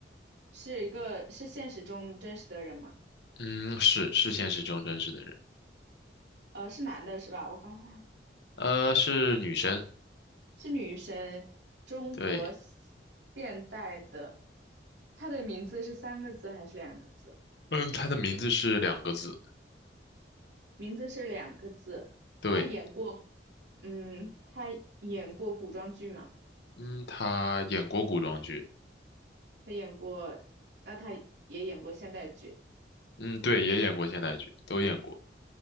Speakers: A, on the right (about 90°); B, on the left (about 70°).
A: 是一个是现实中真实的人吗？
B: 嗯，是是现实中真实的人，
A: 呃，是男的是吧？我刚忘，
B: 呃，是女生，
A: 是女生，中国
B: 对，
A: 现代的。他的名字是三个字还是两个字？
B: 嗯，她的名字是两个字，
A: 名字是两个字。
B: 对，
A: 他演过，嗯，他演过古装剧吗？
B: 嗯，她演过古装剧，
A: 他演过，那他也演过现代剧，
B: 嗯，对，也演过现代剧，都演过，